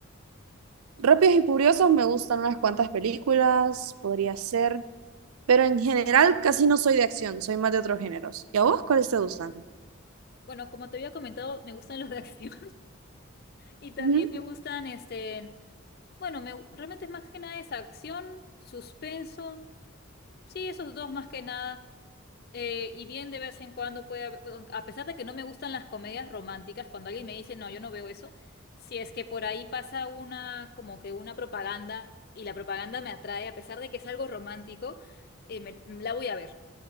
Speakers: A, on the right; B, on the left.
A: Rápidos y Furiosos me gustan unas cuantas películas, podría ser, pero en general casi no soy de acción, soy más de otros géneros. ¿Y a vos cuáles te gustan?
B: Bueno, como te había comentado, me gustan los de <laughs> acción y también
A: Ujú,
B: me gustan este bueno, me, realmente es más que nada esa acción, suspenso Sí, esos dos más que nada. eh, y bien de vez en cuando puede haber, bueno, a pesar de que no me gustan las comedias románticas, cuando alguien me dice, no, yo no veo eso, si es que por ahí pasa una, como que una propaganda y la propaganda me atrae, a pesar de que es algo romántico, eh, me- la voy a ver.